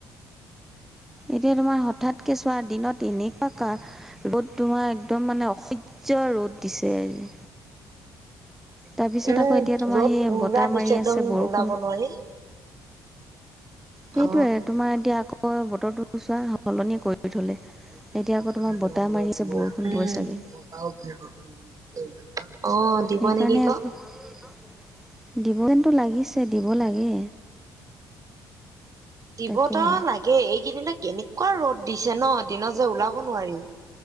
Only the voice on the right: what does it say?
উম,
ৰ'দ
পুৰা
দিছে,
একদম
ওলাব নোৱাৰি।
অ
<unintelligible>
দিব
নেকি ক।
দিবতো
লাগে, এইকেইদিনা কেনেকুৱা ৰ'দ দিছে ন' দিনত যে ওলাব নোৱাৰি।